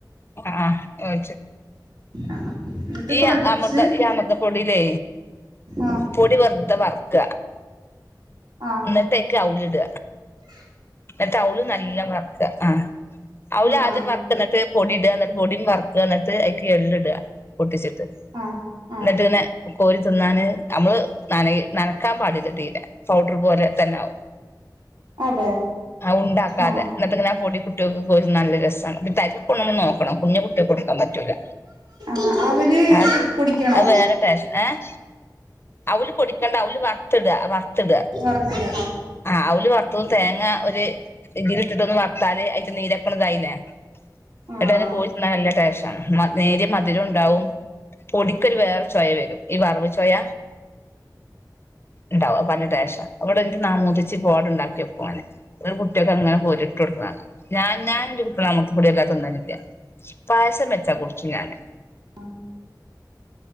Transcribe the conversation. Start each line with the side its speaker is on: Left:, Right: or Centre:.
Left: ആഹ് ഓ
Right: ആഹ് എന്നിട്ട്
Left: ഈ
Right: കൊഴച്ച്
Left: അമൃത അമൃത പൊടില്ലേ
Right: ആഹ്
Left: പൊടി വെറുതെ വറക്ക
Right: ആഹ്
Left: എന്ന്ട് അയീക് അവില് ഇട
Right: ഉ
Left: എന്നിട്ട് അവലും നല്ല വറക്ക ആഹ് അവുല്
Right: ആഹ്
Left: ആദ്യം
Right: ആഹ്
Left: വറക്ക എന്നിട്ട് പൊടി ഇട എന്നിട്ട് പൊടിയും വറക്ക എന്നിട്ട് അയ്ക്ക് എള്ള് ഇട പൊട്ടിച്ചിട്ട്
Right: ആഹ് ആഹ്
Left: എന്നിട്ട്ന്നെ കോരി തിന്നാന് നമ്മള് നനക നനക്കാൻ പാടില്ല തീരെ പൗഡർ പോലെ തന്നെ ആകും
Right: അതെ
Left: ആ ഉണ്ട ആക്കാതെ
Right: ആഹ് ആഹ്
Left: എന്നെട്ടങ്ങന ആ പൊടി കുട്ടികൾക്ക് കൊരിതിൻ നല്ല രസം നമ്മള് തരിപ്പ് പോണത് നോക്കണം കുഞ്ഞ കുട്ടിക്ക് കൊടുക്കാൻ പറ്റൂല
Right: ആഹ് അവല്
Left: അത്
Right: പൊടിക്കണോ
Left: അത് വേറെ ടേസ്റ്റ് ഏഹ് അവല് പൊടിക്കണ്ട അവല് വറുത്തിട വറുത്തിട
Right: വറുത്തിട
Left: ആഹ് അവല് വറുത്ത തേങ്ങ ഒരു ഇതില ഇട്ടിട്ടൊന്ന് വറത്താല് അതിട്ട് നീരക്കുന്ന ഇതായില്ലേ
Right: ആഹ്
Left: എന്നട്ടാ ങനൊ കോരി നല്ല ടെസ്ണ് നേര്യ മധുരം ഉണ്ടാവും പൊടിക്കൊരു വേറെ ചോയ വരും ഈ വറവ് ചോയ ഉണ്ടാവും പഞ്ഞ ടൊഷം അവിടെ എഹ് മൂതിച്ചി പോട്ണ്ടാക്കിയകും പ്പോടൊ ഒരു കുട്ടികൊക്കെ അങ്ങനെ കോരിട്ട് കൊടുക്ക്ണ ഞാ ഞാൻ കുട്ടികളം അമൃത പോടി എല്ലാ തിന്നലില്ല പായസം വെച്ചാ കുടിച്ചു ഞാന്.
Right: ആഹ്